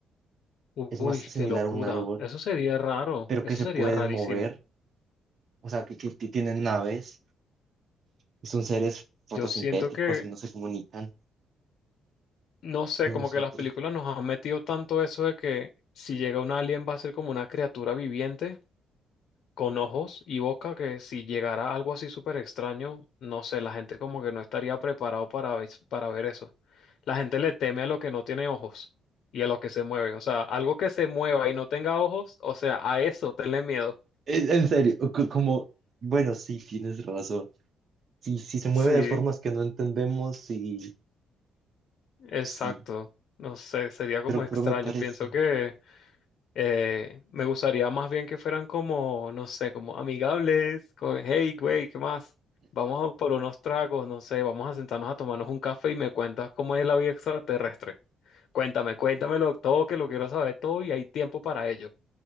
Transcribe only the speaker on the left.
U-
Uy,
qué locura.
Eso sería raro.
Eso
sería
rarísimo.
Yo siento que,
no sé,
como
que las películas nos han metido tanto eso de que si llega un alien va a ser como una criatura viviente. con ojos y boca que si llegara algo así súper extraño, no sé, la gente como que no estaría preparado para, ves- para ver eso. La gente le teme a lo que no tiene ojos y a lo que se mueve. O sea, algo que se mueva y no tenga ojos, o sea, a eso tenle miedo.
Sí,
exacto.
No sé, sería como
extraño.
Pienso que Eh, me gustaría más bien que fueran como, no sé, como amigables, como, hey, güey, ¿qué más? Vamos a por unos tragos, no sé, vamos a sentarnos a tomarnos un café y me cuentas cómo es la vida extraterrestre. Cuéntame, cuéntamelo todo, que lo quiero saber todo y hay tiempo para ello.